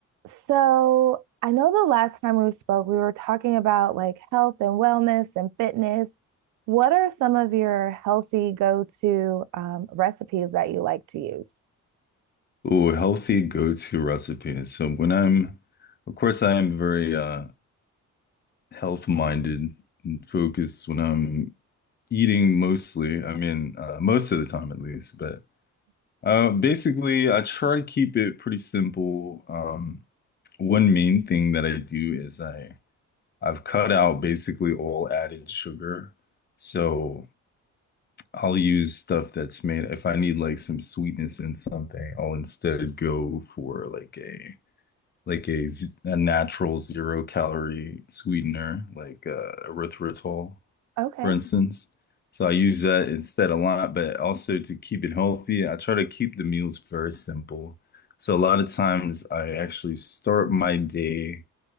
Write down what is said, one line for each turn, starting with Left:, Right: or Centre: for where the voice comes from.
Right: So I know the last time we spoke, we were talking about like health and wellness and fitness. What are some of your healthy go-to um, recipes that you like to use?
Left: Oh, healthy go-to recipe. So when I'm, of course, I am very uh, health-minded and focused when I'm eating mostly. I mean, uh, most of the time at least. But uh, basically, I try to keep it pretty simple. Um, one main thing that I do is I I've cut out basically all added sugar. So I'll use stuff that's made. If I need like some sweetness in something, I'll instead go for like a like a z- a natural zero calorie sweetener like uh, erythritol,
Right: Okay.
Left: for instance. So I use that instead a lot, but also to keep it healthy, I try to keep the meals very simple. So a lot of times I actually start my day